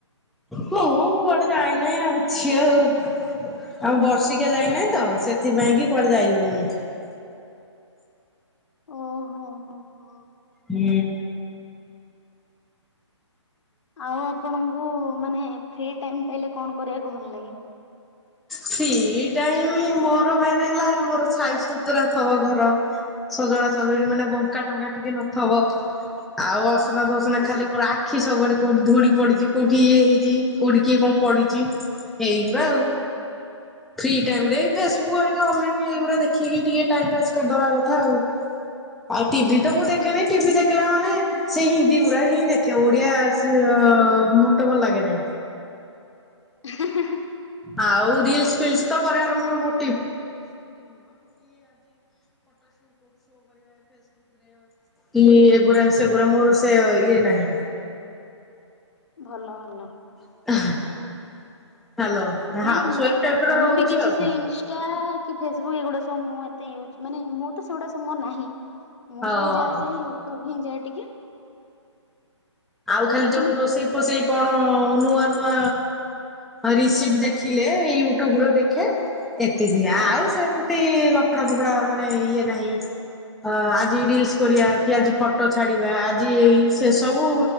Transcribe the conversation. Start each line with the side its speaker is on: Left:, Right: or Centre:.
Centre: ହଁ କୁଆଡେ ଯାଇନାହିଁ ଅଛି ଆଉ। ଆଉ ବର୍ଷିକା ଯାଇନାହିଁ ତ ସେଥିପାଇଁ କି କୁଆଡେ ଯାଇହଉନି।
Left: ହ <unintelligible> ଓ ହୋ ହୋ ହୋ।
Centre: ହୁଁ।
Left: ଆଉ ଆପଣଙ୍କୁ ମାନେ ଫ୍ରି ଟାଇମ ପାଇଲେ କଣ କରିବାକୁ ଭଲ ଲାଗେ?
Centre: ଫ୍ରି ଟାଇମି ମୋର ମେନ୍ ହେଲା ମୋର ଛାଇସୁତୁରା ଥବ ଘର ସଜଡ଼ା ସଜୁୁରି ମାନେ ବଙ୍କା ଟଙ୍କା ଟିକେ ନଥବ, ଆଉ ଅସନା ଧସନା
Left: ହଁ
Centre: ଖାଲି ମୋର ଆଖି ସବୁଆଡେ କୋଉଠି ଧୂଳି ପଡିଛି କୋଉଠି ଇଏ ହେଇଛି କୋଉଠି କିଏ କଣ ପଡିଛି ହେଇନ ବାଉ ଫ୍ରି ଟାଇମ୍ ରେ ଏ ଫେସବୁକ୍ ରିକା ଅନଲାଇନ୍ ଏଇଗୁଡ଼ା ଦେ ଖିକି ଟିକେ ଟାଇମ ପାସ୍ କରିଦବା କଥା ଆଉ। ଆଉ ଟିଭି
Left: ହଁ
Centre: ତ ମୁଁ ଦେଖେନି ଟିଭି ଦେଖିଲା ମାନେ ସେ ହିନ୍ଦୀ ଗୁରାଡ ହିଁ ଦେଖେ ଓଡିଆ ସି ମତେ ଭଲ ଲାଗେ ନାଇଁ।
Left: <unintelligible>
Centre: ଆଉ ରିଲସ
Left: ଆଜ୍ଞା
Centre: ଫିଲ୍ସ କରିବା। <unintelligible> କି ଏଗୁରା ସେଗୁଡା ମୋର ସେ ଇଏ ନାହିଁ।
Left: ଭଲ ଭଲ।
Centre: <unintelligible>
Left: ହଁ ନାଇଁ
Centre: ହାଉସ
Left: ମୁଁ
Centre: ୱାଇଫ ଟାଇପ ର
Left: ମୁଁ
Centre: ରହୁଛି
Left: ବି କିଛି
Centre: ଆଉ
Left: ସେ ଇନଷ୍ଟା କି ଫେସବୁକ୍ ଏଗୁଡା ସବୁ ମୁଁ ଏତେ ୟୁଜ ମାନେ ମୁଁ ତ ସେଗୁଡା ସବ ମୋର ନାହିଁ ମୁଁ
Centre: ହଁ।
Left: ସେଇ ଯାଏ ସେଇ ୟୁଟ୍ୟୁବ ହିଁ ଯାଏ ଟିକେ।
Centre: ଆଉ ଖାଲି
Left: କିଛି
Centre: ଯୋଉ
Left: ନାହିଁ
Centre: ରୋଷେଇ ଫୋଷେଇ କଣ ନୂଆ ନୂଆ ରିଶିପ ଦେଖିଲେ ୟୁଟ୍ୟୁବରେ ଦେଖେ ଏତିକି ଆଉ
Left: ଆଜ୍ଞା।
Centre: ସେମତି ଲଫଡା ଫୋପଡା ମାନେ ଇଏ ନାହିଁ। ଅ ଆଜି ରିଲସ କରିବା କି ଆଜି ଫଟୋ ଛାଡିବା ଆଜି ଏଇ ସେ ସବୁ ବୁ